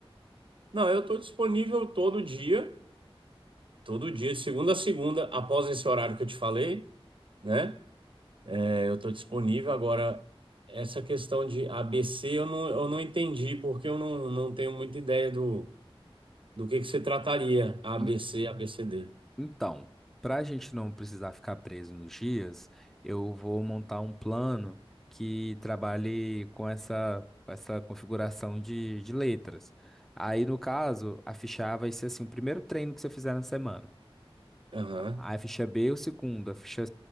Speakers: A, on the right (about 60°); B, in the centre.
A: não, eu estou disponível todo dia, todo dia, de segunda a segunda, após esse horário que eu te falei, né? É, eu estou disponível. Agora, essa questão de ABC, eu não, eu não entendi, porque eu não, não tenho muita ideia do, do que que se trataria ABC,
B: En-
A: ABCD.
B: Então, para a gente não precisar ficar preso nos dias, eu vou montar um plano que trabalhe com essa, com essa configuração de, de letras. Aí, no caso, a ficha A vai ser assim, o primeiro treino que você fizer na semana.
A: Aham.
B: A ficha B é o segundo, a ficha